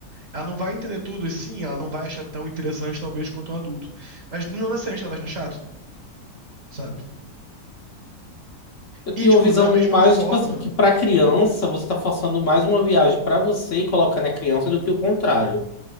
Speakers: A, on the right; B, on the left.
A: Ela não vai entender tudo, e sim, ela não vai achar tão interessante, talvez, quanto um adulto. Mas não necessariamente ela vai achar chato, sabe?
B: Eu
A: E,
B: tinha
A: tipo,
B: uma visão
A: da mesma
B: mais,
A: forma,
B: tipo assim, que pra criança você tá forçando mais uma viagem pra você e colocando a criança do que o contrário,